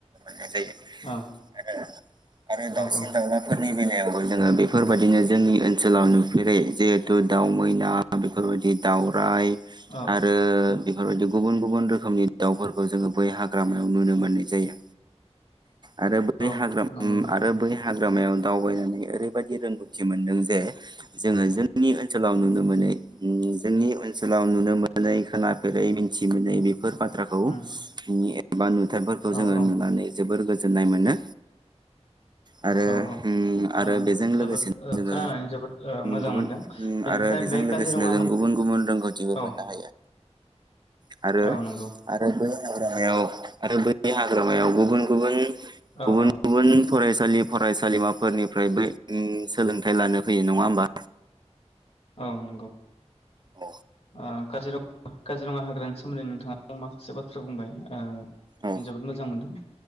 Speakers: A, on the right; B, on the left.
A: जायो
B: औ
A: आरो आरो दाउसिन
B: औ
A: दाउलाफोर नि बेलायावबो जोङो बेफोरबायदिनो जोंनि ओनसोलाव नुफेरै जिहेथु दाव मैना बेफोरबायदि दाउराइ
B: औ
A: आरो बेफोरबायदि गुबुन - गुबुन रोखोमनि दाउफोरखौ जोङो बै हाग्रामायाव नुनो मोननाय जायो। आरो बै
B: औ
A: हाग्रा
B: नंगौ
A: उम
B: नोंथां
A: आरो बै हाग हाग्रामायाव दावबायनानै ओरैबायदि रोंगौथि मोनदों जे जोङो जोंनि ओनसोलाव नुनो मोनै जोंनि ओनसोलाव नुनो मोनै खोनाफेरै मिथि मोनै बेफोर बाथ खौ
B: उम
A: बिनि ए बा नु थायफोरखौ
B: औ
A: जोङो
B: औ
A: नुनानै जोबोर गोजो जोननाय मोनो। आरो
B: औ औ
A: उम आरो
B: ओ
A: बेजों लोगोसेनो
B: जोबोद
A: जोङो
B: खोनानानै जोबोद मोजां
A: गुबुन
B: मोनदों
A: उम
B: बेनिफ्राय
A: आरो बेजों
B: बे
A: लोगोसेनो
B: काजिरङा
A: जों गुबुन गुबुन रोंगौथिबो मोननो
B: औ
A: हायो आरो
B: औ नंगौ
A: आरो बै हाग्रामायाव आरो बै हाग्रामायाव गुबुन गुबुन
B: औ
A: गुबुन
B: औ
A: गुबुन फरायसालि फरायसालिमाफोरनिफ्रायबो ओ सोलोंथाइ लानो फैयो नङा होमबा।
B: औ नंगौ
A: अ
B: ओ काजिरङा काजिरङा हाग्रानि सोमोन्दै नोंथांङा माखासे बाथ्रा बुंबाय ओ आं
A: औ
B: जोबोद मोजां मोनदों।